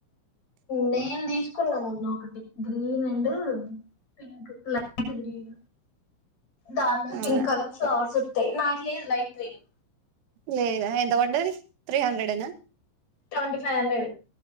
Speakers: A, on the left; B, on the right.
A: నేను దీసుకున్నా మొన్న ఒకటి green and pink light green దాన్
B: ఆ
A: పింక్ కలర్ ఫ్లవర్స్ వొత్తాయ్ నాకు లేదు లైట్ క్రీమ్
B: లేదా ఎంత వడ్డది త్రీ హండ్రెడ్ ఏనా
A: twenty five hundred